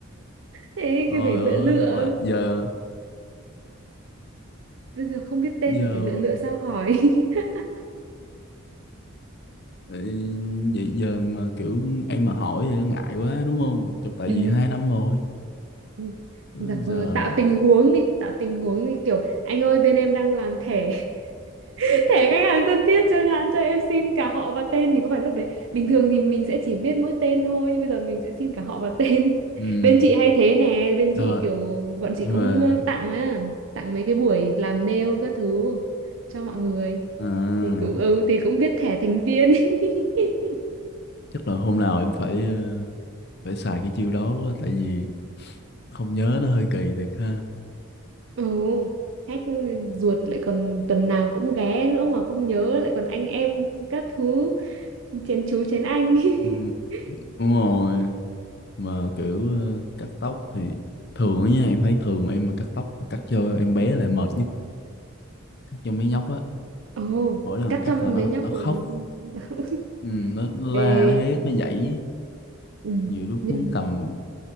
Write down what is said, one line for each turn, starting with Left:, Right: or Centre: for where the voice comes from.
Right: Ê,
Left: ơi
Right: cái phải lựa
Left: ơi
Right: lựa.
Left: mà giờ
Right: Bây giờ không biết tên
Left: giờ
Right: thì phải lựa lựa sao hỏi. <laughs>
Left: ờ, giờ, giờ mà kiểu em mà hỏi thì nó ngại quá đúng không Chọc tại
Right: Ừ.
Left: vì hai năm rồi
Right: Ừ, giả
Left: Úi
Right: vờ
Left: giời
Right: tạo tình huống đi tạo tình huống đi kiểu anh ơi bên em đang làm thẻ <laughs> thẻ khách hàng thân thiết chẳng hạn cho em xin cả họ và tên thì có phải lúc đấy bình thường thì mình sẽ chỉ biết mỗi tên thôi nhưng bây giờ mình sẽ xin cả họ và tên
Left: ừ
Right: <laughs> bên chị hay thế nè bên
Left: rồi
Right: chị kiểu bọn chị
Left: nhưng
Right: cũng
Left: mà
Right: ờ, tặng á tặng mấy cái buổi làm nail các thứ cho mọi người
Left: à,
Right: thì cũng ừ thì cũng viết thẻ thành viên <laughs>
Left: chắc là hôm nào em phải ờ, phải xài cái chiêu đó quá tại vì không nhớ nó hơi kỳ thiệt ha
Right: Ừ, khách ruột lại còn tuần nào cũng ghé nữa mà không nhớ lại còn anh em các thứ chén chú chén anh <laughs>
Left: ừ, đúng rồi mà kiểu ờ, cắt tóc thì thường á nha em thấy thường em mà cắt tóc cắt cho em bé lại mệt nhất cắt cho mấy nhóc á
Right: Ồ,
Left: mỗi lần
Right: cắt
Left: cắt
Right: trong
Left: là nó
Right: mấy nhóc
Left: nó khóc
Right: là <laughs>
Left: ừ, nó, nó la
Right: Ê,
Left: nó hét nó dãy
Right: ừ,
Left: nhiều lúc
Right: nhưng
Left: muốn cầm